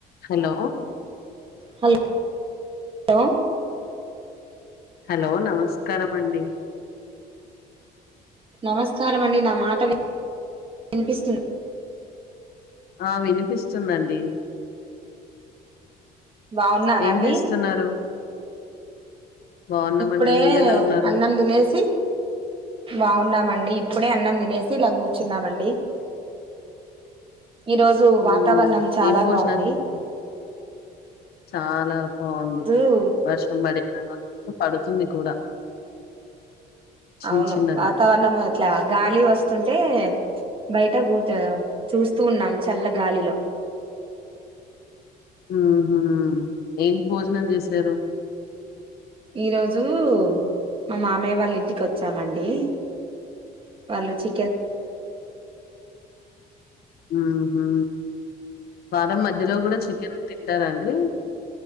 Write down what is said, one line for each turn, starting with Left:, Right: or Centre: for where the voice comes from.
Left: Hollow
Right: hello
Left: hello నమస్కారమండి
Right: నమస్కారమండి నా మాట విన వినిపిస్తుందా
Left: ఆ వినిపిస్తుందండి
Right: బాగున్నారాఅండి
Left: ఏం చేస్తున్నారు బాగున్నామండి
Right: ఇప్పుడే
Left: మీరెలా ఉన్నారు
Right: అన్నం తినేసి బావున్నామండి ఇప్పుడే అన్నం లేసి ఇలా కూర్చున్నామండి ఈ రోజు
Left: హు
Right: వాతావరణం చాలా
Left: ఏం భోజనాలు
Right: బాగుంది
Left: తిన్నారు చాలా బావుంది
Right: రోజు
Left: వర్షం బడినకా ఆల్ <unintelligible> పడుతుంది కూడా చిన్న
Right: అవును
Left: చిన్నగా
Right: వాతావరణము ఇట్లా గాలి వస్తుంటే బయట గుచ్చావ్ చూస్తూ ఉన్నాము చల్ల గాలిలో
Left: ఉహు ఏం భోజనం చేసారు
Right: ఈరోజు మా మామయ్య వాళ్ళింటికి వచ్చామండి వాళ్ళు చే
Left: ఆహా వారం మధ్యలో కూడా చికెను తింటారండి